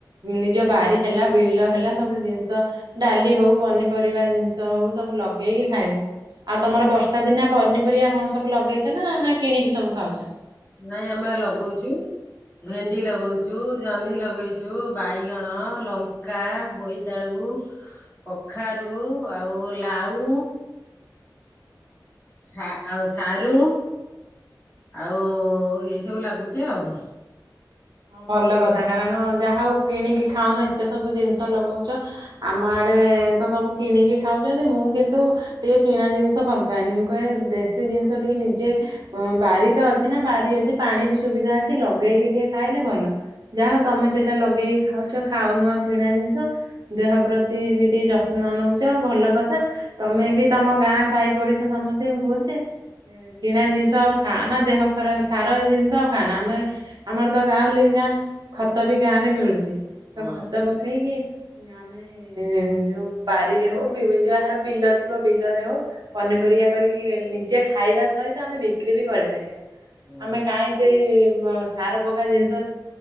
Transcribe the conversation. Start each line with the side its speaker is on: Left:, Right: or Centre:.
Right: ନିଜ ବାରି ହେଲା ବିଲ ହେଲା ସବୁ ଜିନିଷ ଡାଲି ହଉ ପନିପରିବା ଜିନିଷ ହଉ ସବୁ ଲଗେଇକି ଖାଇବୁ। ଆଉ ତମର ବର୍ଷା ଦିନି ପନିପରିବା କଣ ସବୁ ଲଗେଇଛ ନା ନା କିଣିକି ସବୁ ଖାଉଛ।
Left: ନାଇଁ ଆମେ ଲଗଉଛୁ। ଭେଣ୍ଡି ଲଗଉଛୁ, ଜହ୍ନି ଲଗେଇଛୁ, ବାଇଗଣ, ଲଙ୍କା, ବୋଇ ଟାଳୁ, କଖାରୁ ଆଉ ଲାଉ। ଅ ଆଉ ସାରୁ। ଆଉ ଏଇସବୁ ଲାଗୁଛି ଆଉ।
Right: ହଁ ଭଲ କଥା କାରଣ ଯାହା ହଉ କିଣିକି ଖାଉନ ଏତେ ସବୁ ଜିନିଷ ଲଗଉଛ ଆମ ଆଡେ ତ ସବୁ କିଣିକି ଖାଉଛନ୍ତି। ମୁଁ କିନ୍ତୁ ଟିକେ କିଣା ଜିନିଷ ଭଲ ପାଏନି ମୁଁ କହେ ଦେଶୀ ଜିନିଷ ଟିକେ ନିଜେ ଉଁ ବାରି ତ ଅଛି ନା ବାରି ଅଛି ପାଣି ବି ସୁବିଧା ଅଛି ଲଗେଇକି ଟିକେ ଖାଇଲେ ଭଲ। ଯାହା ହଉ ତମେ ସେଇଟା ଲଗେଇକି ଖାଉଚ ଖାଉନ କିଣା ଜିନିଷ। ଦେହ ପ୍ରତି ବି ଟିକେ ଯତ୍ନ ନଉଚ ଭଲ କଥା। ତମେ ବି ତମ ଗାଁ ସାହି ପଡିଶା ସମସ୍ତେ କୁହନ୍ତେ କିଣା ଜିନିଷ ଆଉ ଖା ନା ଦେହ ଖରାପ ସାର ଜିନିଷ ଆଉ ଖାନ ଆମେ ଆମର ତ ଗାଁଉଲିଙ୍ଗ ଗାଁ ଖତ ବି ଗାଁ ରେ ମିଳୁଚି
Left: ହୁଁ
Right: ତ ଖତ ପକେଇକି ଆମେ ଏ ଯୋଉ ବାରିରେ ହଉ ବି ବି ଯାହାର ବିଲ ଥିବ ବିଲରେ ହଉ ପନିପରିବା କରିକି ନିଜେ ଖାଇବା ସହିତ ଆମେ ବିକ୍ରି ବି କରିପାରିବା।
Left: ହୁଁ
Right: ଆମେ କାଇଁ ସେ ବ୍ ସାର ପକା ଜିନିଷ